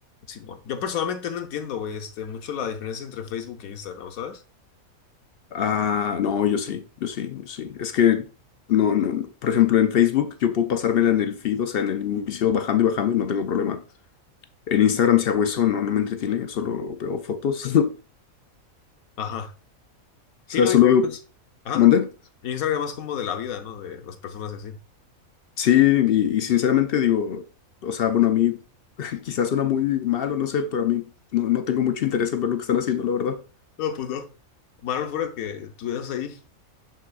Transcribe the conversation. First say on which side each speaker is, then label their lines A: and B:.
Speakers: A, on the left (about 80°); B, on the left (about 60°).
A: Simón. Yo personalmente no entiendo, güey, este, mucho la diferencia entre Facebook e Instagram, ¿sabes?
B: Ah, no, yo sí, yo sí, yo sí. Es que, no, no, no. Por ejemplo, en Facebook yo puedo pasármela en el feed, o sea, en el inicio bajando y bajando y no tengo problema. En Instagram, si hago eso, no, no me entretiene, solo veo fotos. <laughs> O
A: Ajá.
B: sea,
A: Sí, no,
B: solo
A: Instagram
B: veo...
A: es- Ajá.
B: ¿Mande?
A: Instagram es como de la vida, ¿no? De las personas y así.
B: Sí, y, y sinceramente digo, o sea, bueno, a mí <laughs> quizás suena muy malo, no sé, pero a mí no, no tengo mucho interés en ver lo que están haciendo, la verdad.
A: No, pues no. Malo fuera que estuvieras ahí.